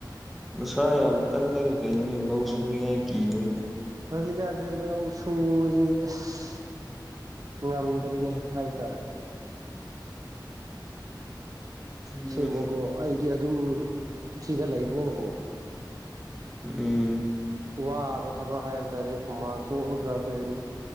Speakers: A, in the centre; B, on the right.
A: ꯅꯁꯥ ꯌꯥꯝ ꯀꯜꯂꯒ ꯀꯩꯅꯣꯅꯤ ꯂꯧ ꯁꯨꯅꯤꯡꯉꯥꯏ ꯀꯤꯕ꯭ꯔꫭꯅꯦ꯫
B: ꯍꯧꯖꯤꯛꯀꯥꯟꯗꯤ ꯂꯧ ꯁꯨꯕꯥꯁꯤ ꯑꯁ ꯉꯝꯗ꯭ꯔꯦꯅꯦ꯫ ꯍꯥꯏꯕꯇꯥꯔꯦ꯫
A: ꯎꯝ
B: ꯁꯦꯡꯕꯀꯣ ꯑꯩꯗꯤ ꯑꯗꯨꯝ ꯁꯤꯗ ꯂꯩꯕꯅꯤꯅꯀꯣ꯫
A: ꯎꯝ
B: ꯋꯥꯕ ꯊꯕꯛ ꯍꯥꯏꯕ ꯇꯥꯔꯦ ꯍꯨꯃꯥꯡꯊꯣꯛꯑꯒ ꯀꯩꯅꯣ꯫